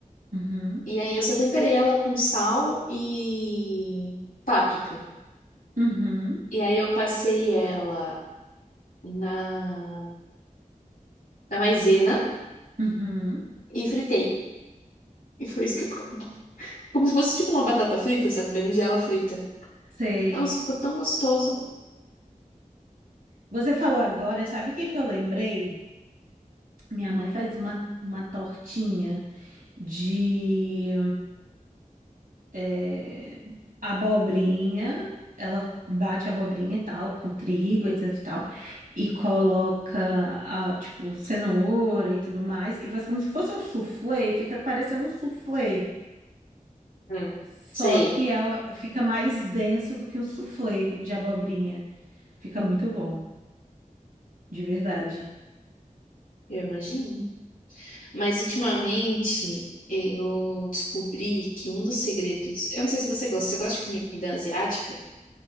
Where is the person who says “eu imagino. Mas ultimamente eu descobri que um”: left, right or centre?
Left